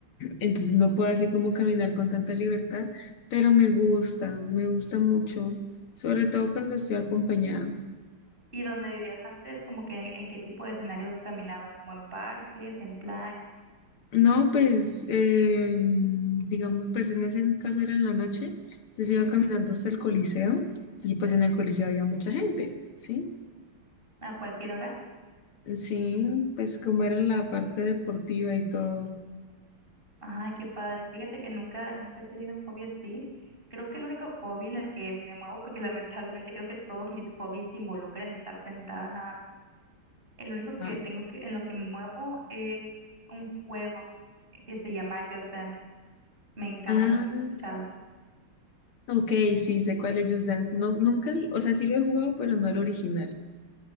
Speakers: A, on the left; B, on the right.
A: entonces no puedo así como caminar con tanta libertad, pero me gusta, me gusta mucho, sobre todo cuando estoy acompañada.
B: ¿Y dónde vivías antes, como que en qué tipo de escenarios caminabas? ¿Como en parques, en playa?
A: No, pues, eh, digamos, pues en ese caso era en la noche, entonces iba
B: Ujú,
A: caminando hasta el Coliseo y pues en el Coliseo había mucha gente, ¿sí?
B: ¿A cualquier hora?
A: Sí, pues como era la parte deportiva y todo.
B: Ay, qué padre. Fíjate que nunca, nunca he tenido un hobby así. Creo que el único hobby en el que me muevo, porque <laughs> lamentablemente creo que todos mis hobbies involucran estar sentada nada más. El único que
A: Ah,
B: tengo que, en lo que me muevo es un juego que se llama Just Dance. Me encanta,
A: ah,
B: no sé si lo he escuchado.
A: ok, sí, sé cuál es Just Dance. No, nunca, o sea, sí lo he jugado, pero no el original.